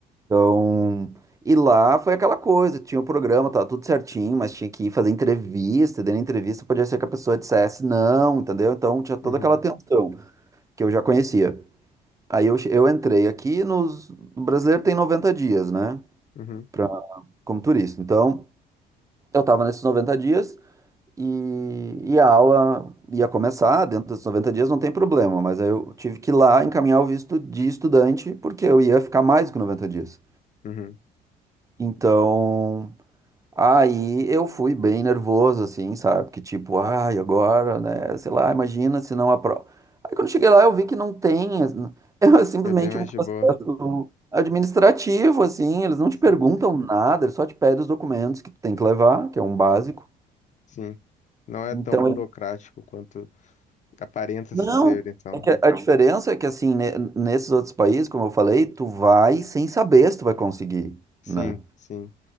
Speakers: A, on the right (about 20°); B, on the left (about 45°).
A: então, e lá foi aquela coisa, tinha o programa, tava tudo certinho, mas tinha que ir fazer entrevista, e dentro da entrevista podia ser que a pessoa dissesse não, entendeu, então tinha toda
B: Uhum,
A: aquela tensão que eu já conhecia. Aí eu, che- eu entrei aqui nos, o brasileiro tem 90 dias, né?
B: uhum,
A: Pra, como turista. Então, eu estava nesses 90 dias e, e a aula ia começar dentro desses 90 dias, não tem problema. Mas aí eu tive que ir lá encaminhar o visto de estudante, porque eu ia ficar mais que 90 dias.
B: uhum.
A: Então, Aí eu fui bem nervoso, assim, sabe? Porque tipo, ai, agora, né? Sei lá, imagina se não aprova. Aí quando cheguei lá, eu vi que não tem. as- <laughs> É simplesmente
B: Foi bem mais
A: um processo
B: de boa.
A: administrativo, assim. Eles não
B: Sim,
A: te perguntam nada, eles só te pedem os documentos que tu tem que levar, que é um básico.
B: sim. Não é
A: Então,
B: tão burocrático
A: ele...
B: quanto aparenta-se
A: não.
B: ser, então.
A: É que a diferença é que, assim, ne- nesses outros países, como eu falei, tu vai sem saber se tu vai conseguir,
B: Sim,
A: né?
B: sim.